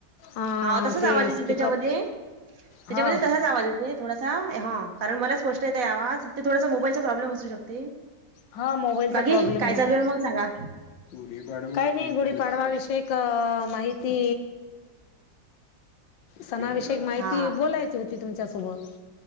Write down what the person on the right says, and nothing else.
हा तसाच
आवाज येते
त्याच्यामध्ये
त्याच्यामध्ये आवाज येते. थोडासा ह कारण मला स्पष्ट येताय आवाज. ते थोडासा मोबाईलचा प्रॉब्लेम असू शकते?
बाकी
काय
चालू आहे मग सांगा
हा